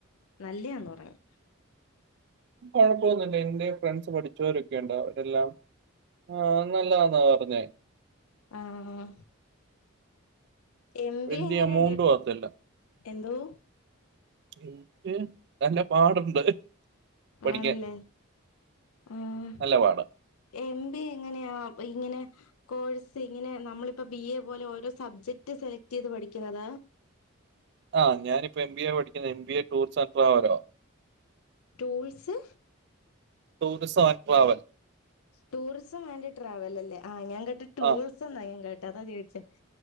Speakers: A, on the left; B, on the right.
A: നല്ലയാന്ന് പറഞ്ഞു.
B: കുഴപ്പമൊന്നുല്ല എന്റെ ഫ്രണ്ട്സ് പഠിച്ചവരൊക്കെ ഉണ്ട്. അവരെല്ലാം. ആഹ നല്ലന്നാ പറഞ്ഞേ.
A: ആഹ് ആ.. എം ബി
B: വലിയ
A: എങ്ങനെയുണ്ട്
B: എമൗണ്ടും ആകത്തില്ല
A: എന്തോ?
B: നിക്ക് നല്ല പാടുണ്ട്. പഠിക്കാൻ
A: ആണല്ലേ ആഹ്.
B: നല്ല പാടാ
A: എം ബി എങ്ങനെയാ? ഇങ്ങനെ കോഴ്സ് ഇങ്ങനെ നമ്മളിപ്പോ ബി എ പോലെ ഓരോ സബ്ജക്ട് സെലക്ട് ചെയ്ത് പഠിക്കുന്നുന്നതാ?
B: ആഹ് ഞാനിപ്പോ എംബി എ പഠിക്കുന്ന എം ബി എ ടൂർസർകൂലാറ..
A: tools
B: tourism and travel.
A: Tourism and travel അല്ലേ ആ ഞാൻ കേട്ട്
B: ആഹ്.
A: ൾസ് ന്ന ഞാൻ കേട്ട അതാ ചേയിച്ചേ